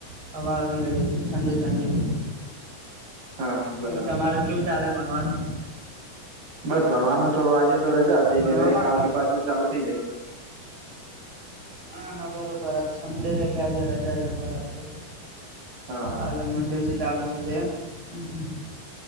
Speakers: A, on the right; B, on the right.
A: હવા આવી રહી છે ઠંડી ઠંડી
B: હા હા બરાબર
A: કું તમારે કું ચાલે ભણવાનું?
B: બસ ભણવાનું તો આજે તો રજા હતી
A: ભણવામાં
B: ને હવે કાલથી પાછું ચાલુ થઈ જશે.
A: હા હા બરોબર આ ઠંડે છે એટલે આજે રજા છે બરાબર
B: હા
A: કાલે
B: હા
A: મંડે થી ચાલુ થશે. હમ હમ